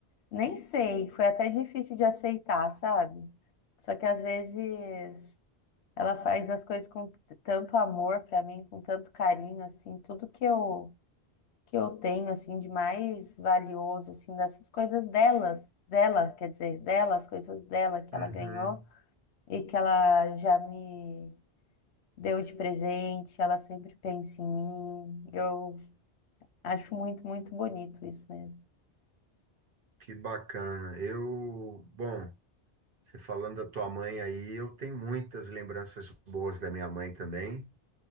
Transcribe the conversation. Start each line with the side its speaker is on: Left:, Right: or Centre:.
Left: nem sei. Foi até difícil de aceitar, sabe? Só que às vezes ela faz as coisas com tanto amor para mim, com tanto carinho, assim, tudo que eu que eu tenho assim de mais valioso assim dessas coisas delas, dela, quer dizer, dela, as coisas dela que
Right: Uhum.
Left: ela ganhou e que ela já me deu de presente, ela sempre pensa em mim. Eu acho muito, muito bonito isso mesmo.
Right: Que bacana. Eu, bom, você falando da tua mãe aí, eu tenho muitas lembranças boas da minha mãe também.